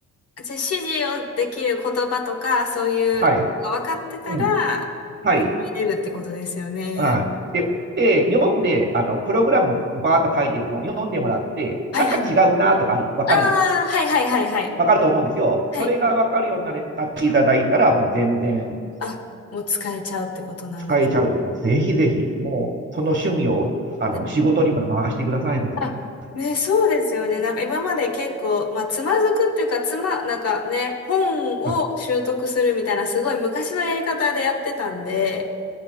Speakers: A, on the left; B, on the right.
A: じゃあ、指示をできる言葉とか、そういうの分かってたら、
B: はい。うん。はい。
A: 入れるってことですよね、
B: はい。
A: AI。
B: で、で、読んで、あの、プログラムをバーッと書いてるのを読んでもらって、
A: はいはい。
B: なんか違うなとかある、わかる、
A: ああ、はいはいはいはい。
B: わかると思うんですよ。
A: はい。
B: それがわかるようになれ、なっていただいたら、もう全然
A: あ、もう使えちゃうってことなんです。
B: 使えちゃうと、もうぜひぜひ、もうその趣味を、あの、
A: で
B: 仕事にも回してください、もう。
A: あ、ね、そうですよね。なんか今まで結構、まあ、つまずくっていうか、つま、なんかね、本を習得するみたいな、
B: うん
A: すごい昔のやり方でやってたんで、